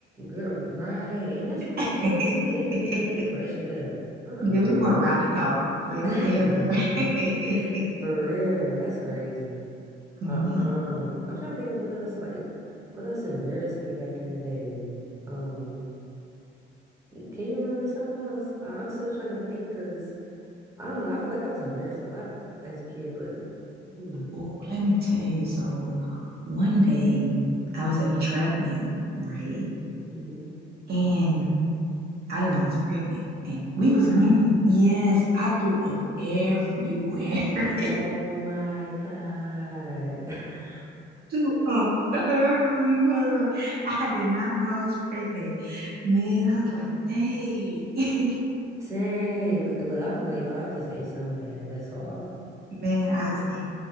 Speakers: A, on the right; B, on the right.
A: Girl, right. And that's what be
B: <laughs>
A: killing me. They be thinking they fresh to death. Uh-uh.
B: Yeah, we wore rocket dogs. Like,
A: <laughs>
B: what the hell is that?
A: For real. That's crazy.
B: <laughs>
A: Uh-uh.
B: Yeah.
A: I'm trying to think of what else like what else embarrassed me back in the day. Um, can you remember something else? I- I'm still trying to think because I don't know. I feel like I was embarrassed a lot as a kid, but hmm,
B: Oh, let me tell you. So, one day I was at a track meet, right?
A: hmm
B: And I didn't know I was pregnant, and we was winning. Yes, I threw up everywhere. <laughs> I
A: Oh my God. <laughs>
B: threw up everywhere. I did not know I was pregnant. Man, I was like, dang. <laughs>
A: Dang. But Look, I've been like, y'all, I just ate something bad. That's all.
B: Man, I was like